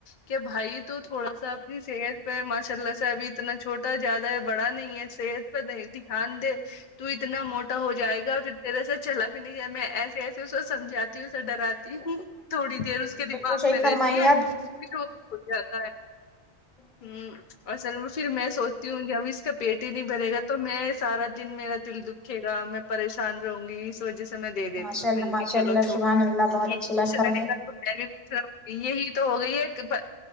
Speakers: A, on the left (about 50°); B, in the centre.
A: کہ بھائی تو تھوڑا سا اپنی صحت پہ ماشاء اللہ سے ابھی تو اتنا چھوٹا زیادہ ہے بڑا نہیں ہے صحت پر دیھان د تو اتنا موٹا ہو جائے گا پھر تیرے سے چلا بھی نہیں جائےگا میں ایسے ایسے اس کو سمجاتی ہوں اسے ڈرات ہ تھوڑی دیر اس کے
B: بالکل
A: دماغ
B: صحیح
A: میں رہتی
B: فرمائی
A: ہے پھر وہ بھول جاتا ہے
B: اچھا
A: ہوں اصل میں پھر میں سوچتی ہوں کہ اب اس کا پیٹ ہی نہیں بھرے گا تو میں سارا دن میرا دل د دیکھے گا میں پریشان رہوں گی اس وجہ سے میں دیکھ
B: ماشاء اللہ
A: من
B: ماشاء
A: کی چلو
B: اللہ
A: چو
B: شبحان اللہ بہت
A: یہ
B: اچھی لائن فرمائی
A: رہے گا تو میں بھی پوچھ رہا یہی تو ہو گئی ہے کہ